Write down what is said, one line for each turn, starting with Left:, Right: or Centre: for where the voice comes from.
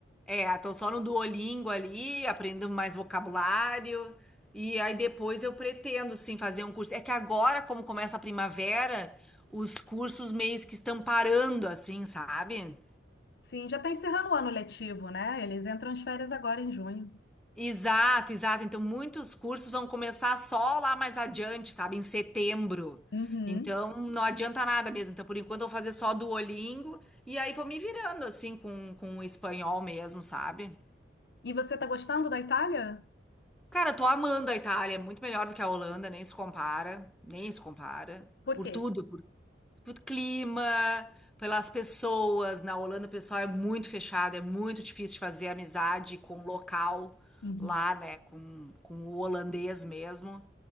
Centre: É, tô só no Duolingo ali, aprendendo mais vocabulário. E aí depois eu pretendo, sim, fazer um curso. É que agora, como começa a primavera, os cursos meio que estão parando, assim, sabe?
Left: Sim, já está encerrando o ano letivo, né? Eles entram as férias agora em junho.
Centre: Exato, exato. Então, muitos cursos vão começar só lá mais adiante, sabe? Em setembro.
Left: Uhum.
Centre: Então, não adianta nada mesmo. Então, por enquanto, eu vou fazer só Duolingo e aí vou me virando, assim, com, com o espanhol mesmo, sabe?
Left: E você está gostando da Itália?
Centre: Cara, eu tô amando a Itália, é muito melhor do que a Holanda, nem se compara, nem se compara.
Left: Por
Centre: Por
Left: quê?
Centre: tudo, por, por clima, pelas pessoas. Na Holanda o pessoal é muito fechado, é muito difícil de fazer amizade com o local
Left: Uhum,
Centre: lá, né? Com, com o holandês mesmo.